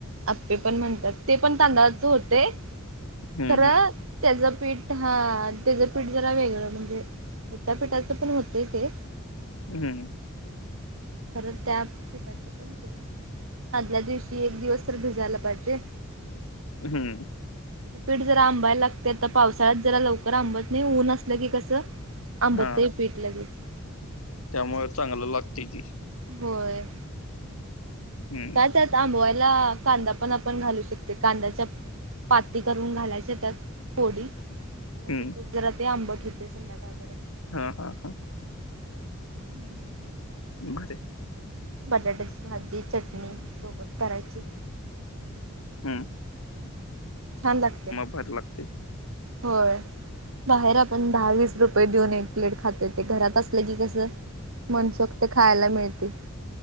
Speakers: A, on the right (about 65°); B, on the left (about 80°).
A: आप्पे पण म्हणतात ते पण तांदळाच होतय
B: हम्म
A: खरं. त्याचं पीठ हा त्याचं पीठ जरा वेगळं म्हणजे त्याच्या पीठाचं पण होत ते
B: हम्म
A: खरं त्या पिठाच पण ते आदल्या दिवशी एक दिवस तर भिजायला पाहिजे.
B: हम्म
A: पीठ जरा आंबायला लागतय. पावसाळ्यात जरा लवकर आंबत नाही ऊन असलं की कसं आंबतय
B: हा
A: पीठ लगेच
B: त्यामुळे चांगलं लागतय ते.
A: होय..
B: हम्म
A: काय त्यात आंबवायला कांदा पण आपण घालू शकते कांदायाच्या पाती करून घालायचे त्यात फोडी. म्हणजे
B: हम्म
A: <unintelligible> जरा ते आंबट होतय संध्याकाळपर्यंत.
B: हा हा हा...
A: हम्म
B: बर
A: बटाट्याची भाजी चटणी सोबत करायची
B: हम
A: छान लागत्या
B: भारी लागते
A: होय. बाहेर आपण दहा, वीस रुपये देऊन एक प्लेट खातोय ते घरात असलं की कसं? मनसोक्त खायला मिळते.